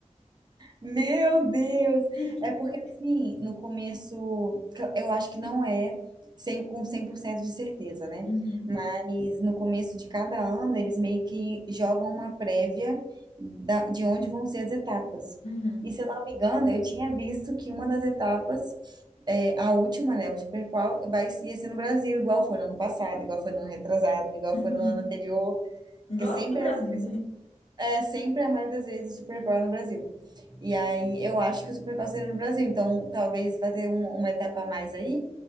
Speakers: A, on the right; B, on the left.
A: Meu Deus!
B: <laughs>
A: É porque, assim, no começo, que eu acho que não é 100 com 100% de certeza, né?
B: Uhum,
A: Mas no começo de cada ano, eles meio que jogam uma prévia da- de onde vão ser as etapas.
B: uhum,
A: E se eu não me engano, eu tinha visto que uma das etapas, é, a última, né, o Super Qual, vai, ia ser no Brasil, igual foi no ano passado, igual foi no ano retrasado, igual
B: uhum.
A: foi no ano anterior, porque
B: Gosto
A: sempre
B: do Brasil,
A: é
B: né?
A: é sempre, a maioria das vezes, o Supercore é no Brasil. E aí eu acho que o Supercore seria no Brasil, então talvez vai ter um- uma etapa a mais aí,